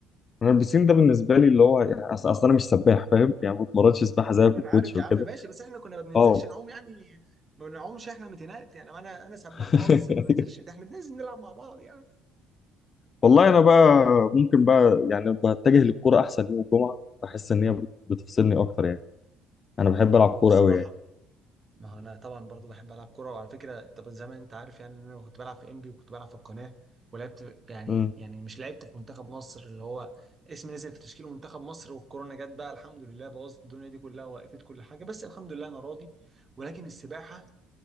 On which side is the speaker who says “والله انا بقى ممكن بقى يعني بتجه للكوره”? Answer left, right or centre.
Left